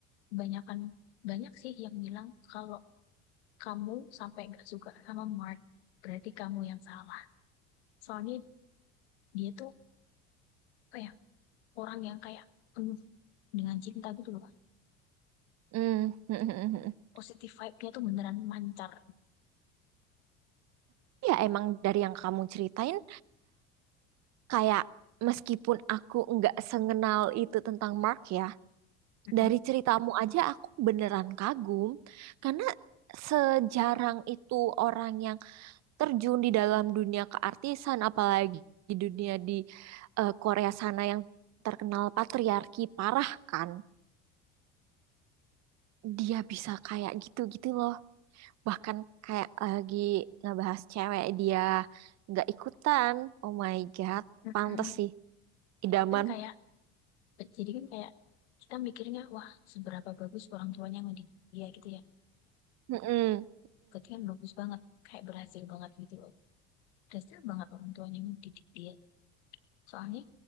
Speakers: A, on the left; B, on the right.
A: kebanyakan banyak sih yang bilang kalau kamu sampai nggak suka sama Mark berarti kamu yang salah soalnya dia tuh kayak orang yang kayak penuh dengan cinta gitu loh
B: Mm. <laughs>
A: positive vibe-nya tuh beneran mancar
B: Ya emang dari yang kamu ceritain kayak meskipun aku nggak sengenal itu tentang Mark ya,
A: Mm-mm.
B: dari ceritamu aja aku beneran kagum karena sejarang itu orang yang terjun di dalam dunia keartisan apalagi di dunia di eh, Korea sana yang terkenal patriarki parah kan. Dia bisa kayak gitu-gitu loh. bahkan kayak lagi ngebahas cewek dia nggak ikutan oh my god
A: Mm-mm.
B: pantes sih idaman
A: jadi kan kayak jadi kan kayak kita mikirnya wah seberapa bagus orang tuanya ngedidik dia gitu ya
B: mm
A: berarti kan bagus banget kayak berhasil banget gitu loh Kasihan banget orang tuanya yang didik dia. Soalnya